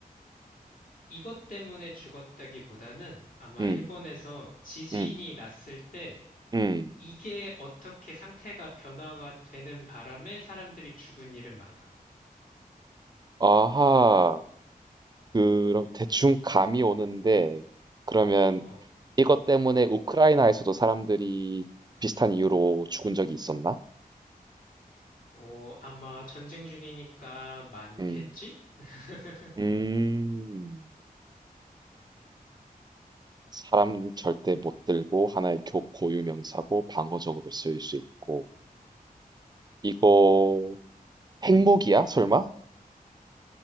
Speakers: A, on the left (about 65°); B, on the right (about 25°).
A: 이것 때문에 죽었다기보다는 아마
B: 음,
A: 일본에서 지진이
B: 음,
A: 났을 때
B: 음.
A: 이게 어떻게 상태가 변화가 되는 바람에 사람들이 죽은 일은 많아.
B: 아하. 그럼 대충 감이 오는데 그러면
A: 어,
B: 이것 때문에 우크라이나에서도 사람들이 비슷한 이유로 죽은 적이 있었나?
A: 어, 아마 전쟁 중이니까 많겠지?
B: 음,
A: <laughs>
B: 음, 사람 절대 못 들고 하나의 교, 고유 명사고 방어적으로 쓰일 수 있고 이거 핵무기야? 설마?